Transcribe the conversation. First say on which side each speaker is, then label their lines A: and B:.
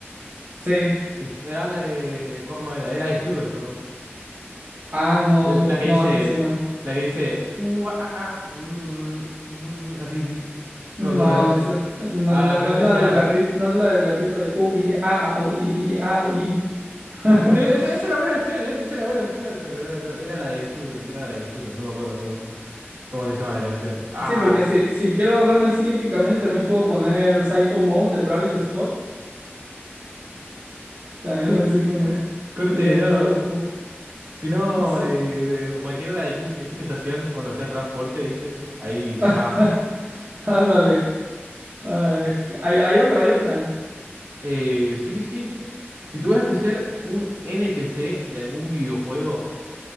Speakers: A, on the right; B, on the right.
A: Sí.
B: Tristán eh, Corno era, era Disturber, perdón.
A: Ah, no,
B: La
A: n-
B: que
A: no,
B: dice,
A: eso sí no.
B: la que dice, "Uh, ah, ah, ah, bururu, bururu". así, sí,
A: No,
B: no me acuerdo la
A: no
B: canción.
A: sé. No,
B: Ah,
A: la- no
B: re pesado.
A: es la del gatito, no es la del gatito de. "Uh, i, i, ah, ah, uh, i, i, i, ah, uh, i, i". <laughs>
B: E- e-, Esa, esa era buena opción, ¿eh? Esa era buena opción, pero no, no, era la de Disturber, era la de Disturber, no me acuerdo cómo, cómo se llama la canción. Ah,
A: Sí, porque si, si quiero verme así épicamente, también puedo poner Psycho Mode de Travis Scott. También
B: corte,
A: así como,
B: corte,
A: yo
B: no.
A: bien loco.
B: Si no,
A: Sí.
B: eh, cualquiera de X, de X Tentación, cuando hacía trap fuerte, ¿viste? Ahí sonás.
A: <laughs> Ándale. Ay, es que hay, hay otra, hay otra.
B: Eh, sí, sí, sí. Si tuvieras que ser un NPC de algún videojuego,